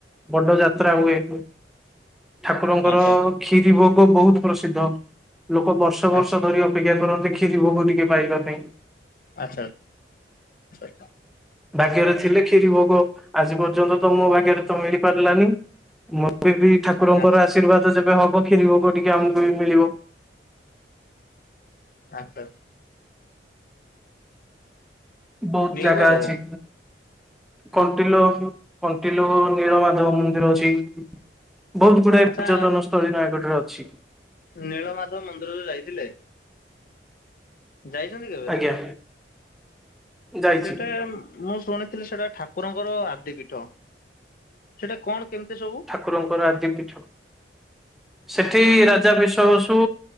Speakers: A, in the centre; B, on the left.
A: ବଡ ଯାତ୍ରା ହୁଏ। ଠାକୁରଙ୍କର
B: ଆଚ୍ଛା
A: କ୍ଷୀରି ଭୋଗ ବହୁତ ପ୍ରସିଦ୍ଧ ଲୋକ ବର୍ଷ
B: ଆଚ୍ଛା
A: ବର୍ଷ ଧରି। ଅପେକ୍ଷା କରନ୍ତେ କ୍ଷୀରି ଭୋଗ ଟିକେ ପାଇବା ପାଇଁ
B: ଆଚ୍ଛା ସରିଲା
A: ଭାଗ୍ୟରେ ଥିଲେ କ୍ଷୀରି ଭୋଗ ଆଜି ପର୍ଯ୍ୟନ୍ତ ତ ମୋ ଭାଗ୍ୟରେ ତ ମିଳି ପାରିଲାନି ବବି ଠାକୁରଙ୍କର
B: ଆଚ୍ଛା
A: ଆଶୀର୍ବାଦ ଯେବେ ହବ କ୍ଷୀରି ଭେଗ ଟିକେ ଆମକୁ ବି ମିଳିବ।
B: ଆଛା <unintelligible>
A: ବହୁତ
B: ମିଳିବ
A: ଜାଗା
B: ଆଉ
A: ଅଛି କଣ୍ଟିଲୋ। କିଲ ନୀଳମାଧବ ମନ୍ଦିର ଅଛି। ବହୁତ ଗୁଡାଏ
B: ଆଚ୍ଛା
A: ପର୍ଯ୍ୟଟନ ସ୍ଥଳୀ ନୟାଗଡ଼ରେ ଅଛି।
B: ନୀଳମାଧବ ମନ୍ଦିରରେ ଯାଇଥିଲେ। ଯାଇଛନ୍ତି କେବେ
A: ଆଜ୍ଞା ଯାଇଛି।
B: ସେଟା ମୁଁ ଶୁଣେ ଥିଲେ ସେଟା ଠାକୁରଙ୍କର ଆଦି ପୀଠ ସେଟା କଣ କେମିତି ସବୁ
A: ଠାକୁରଙ୍କର ଆଦି ପୀଠ ସେଠି ରାଜା ବିଷବସୁ।